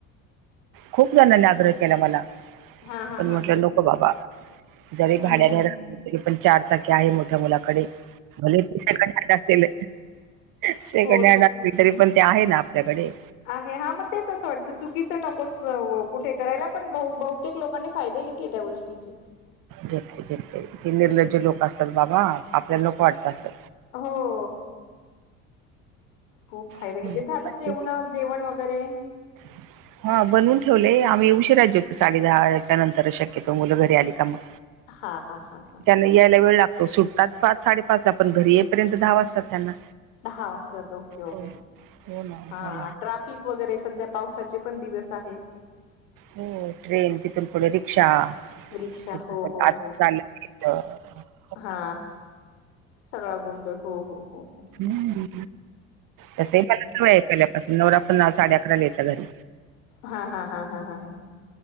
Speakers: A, on the right; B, on the left.
A: खूप जणांनी आग्रह केला मला
B: हा हा
A: पण
B: हा.
A: म्हटलं नको बाबा. जरी
B: हम्म.
A: भाड्याने रले तरी पण चार चाकी्या आहे मोठ. मुलाकडे भले त सकट असेल. क असल
B: हो
A: तरी पण ते आहे ना आपल्याकडे.
B: आहे हा मग तेच असं वाटतं चुकीच नकोस कुठे करायला पण ब ब प्रत्येक लोकां फायदे घेतले त्या गोष्टीचे
A: घेत घेतले ते निर्लज्ज लोक असतात बाबा आपल्याला लोक वाटत असल.
B: हो. खूप फायदा
A: असं
B: घेतले झालं जेवणा जेवण वगैरे.
A: <inaudible> हा बनवून ठेवलेय आम्ही उऊशी राजे होतो साडे दहाच्या नंतरच शक्यतो मुलं घरी आली का मग.
B: हा हा हा. ह
A: त्यांना
B: ह
A: यायला वेळ लागत. तो सुटतात पाच साडेपाच ला,, पण घरी येईपर्यंत दहा वाजतात त्यांना.
B: दहा वाजताात, ओके ओके,,
A: हो हो ना
B: हा
A: हो ना.
B: ट्राफिकऽ वगैरे सध्या पावसाचे पण दिवस आहेत.
A: हो ट्रेन, तिथून पुढे रिक्षा,,
B: रिक्षा
A: तिथून
B: हो
A: पुढ
B: हो
A: आज
B: हो
A: लऽ <inaudible>
B: हा सगळा गोंधळ हो हो हो हो.
A: ह तस मला सवय ऐकल्या पाासून नवरा पन्ना साडे अकरा लिहायचा घरी
B: हा हा हा हा हा हा